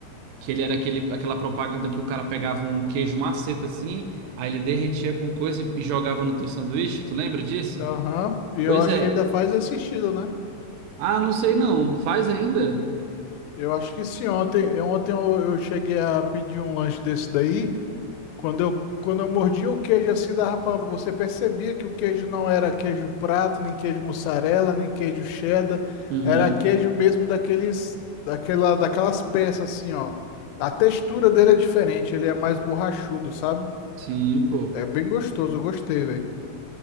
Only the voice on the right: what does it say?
Que ele era aquele, aquela propaganda que o cara pegava um queijo maceta assim, aí ele derretia com coisa e e jogava no teu sanduíche, tu lembra disso?
Pois
é.
Ah, não sei não. Faz ainda?
Uhum.
Sim, pô.